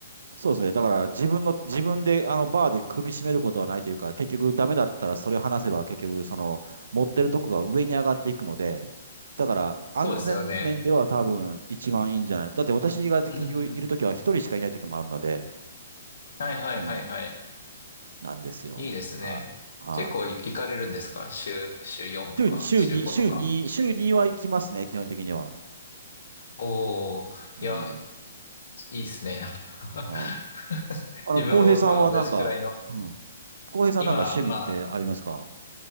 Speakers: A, on the right (about 75°); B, on the left (about 60°).
A: そうですね。だから自分の、自分であのバーで首絞めることはないというか、結局ダメだったらそれを話せば結局その持ってるとこが上に上がっていくので、だから安全面では多分一番いいんじゃない。
B: そうですよね。
A: だって私が結局いるときは一人しかいないときもあるので、
B: うんうん。はいはいはいはい。
A: うん。なんですよ。
B: いいですね。
A: はい。はい。
B: 結構い行かれるんですか週、週4とか、
A: 週に、週に、
B: 週5とか。
A: 週に、週には行きますね、基本的には。
B: おー、
A: うん。
B: いや、いいですね。<laughs>
A: はいあの、
B: 自分もまあ同じくらいの、
A: 浩平さんはなんか、うん。浩平さんなんか趣味ってありますか
B: 今、まあ